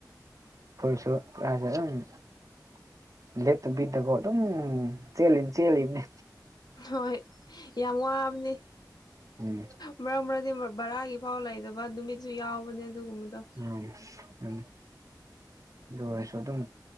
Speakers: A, on the right (about 50°); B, on the left (about 65°).
A: ꯈꯣꯏꯁꯨ ꯀꯥꯏꯗ ꯗꯨꯝ ꯂꯦꯇꯕꯤꯗꯀꫭ ꯑꯗꯨꯝ ꯆꯦꯜꯂꯤ ꯆꯦꯜꯂꯤꯝꯅꯦ
B: ꯍꯣꯏ ꯌꯥꯝ ꯋꯥꯕꯅꯤ
A: ꯎꯝ
B: ꯃꯔꯛ ꯃꯔꯛꯗꯤ ꯕꯔꯥꯒꯤꯐꯥꯎ ꯂꯩꯗꯕ ꯅꯨꯃꯤꯠꯁꯨ ꯌꯥꯎꯕꯅꯦ ꯑꯗꯨꯒꯨꯝꯕꯗꯣ
A: ꯎꯝ ꯎꯝ ꯑꯗꯨ ꯑꯣꯏꯔꯁꯨ ꯑꯗꯨꯝ